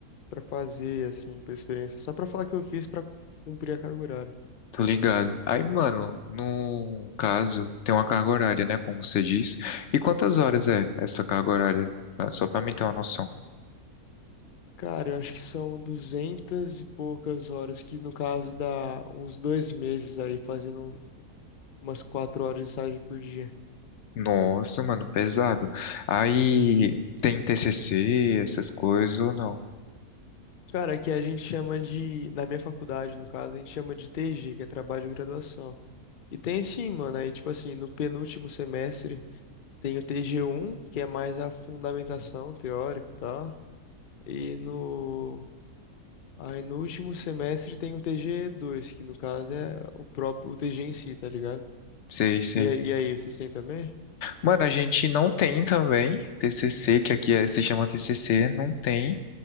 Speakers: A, on the left; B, on the left.
A: pra fazer, assim, pra experiência. Só pra falar que eu fiz pra cumprir a carga horária.
B: tô ligado. Aí, mano, no caso, tem uma carga horária, né, como você diz. E quantas horas é essa carga horária? Ah, Só pra mim ter uma noção.
A: Cara, eu acho que são duzentas e poucas horas, que no caso dá uns dois meses aí, fazendo umas quatro horas de estágio por dia.
B: Nossa, mano, pesado. Aí, tem TCC, essas coisas ou não?
A: Cara, que a gente chama de, na minha faculdade, no caso, a gente chama de TG, que é trabalho de graduação. E tem sim, mano, aí tipo assim, no penúltimo semestre tem o tg um que é mais a fundamentação teórica tá E no Aí no último semestre tem o tg dois que no caso é o próprio, o TG em si, tá ligado?
B: Sei, sei.
A: E, aí- e aí, vocês têm também?
B: Mano, a gente não tem também TCC, que aqui é- se chama TCC, não tem,